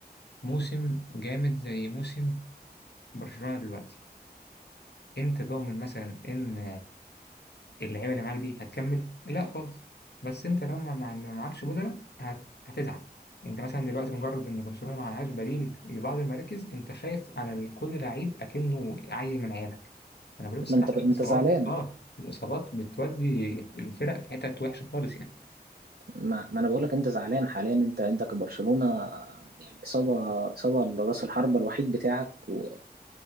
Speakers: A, on the left; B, on the right.
A: موسم جامد زي موسم برشلونة دلوقتي أنت ضامن مثلا إن اللعيبه اللي معاك دي هتكمل لا خالص بس انت لو ما مع- ما معكش بدلة هت- هتزعل انت مثلا دلوقتي مجرد ان برشلونه ما معهاش بديل لبعض المراكز انت خايف على ال- كل لعيب اكنه عيل من عيالك انا بقول الصراحه
B: ما انت ما
A: الاصابات
B: انت زعلان
A: اه الاصابات بتودي الفرق في حتت وحشه خالص يعني
B: ما, ما انا بقول لك انت زعلان حاليا انت انت كبرشلونة آه، يعني اصابة اصابة لراس الحربة الوحيد بتاعك و...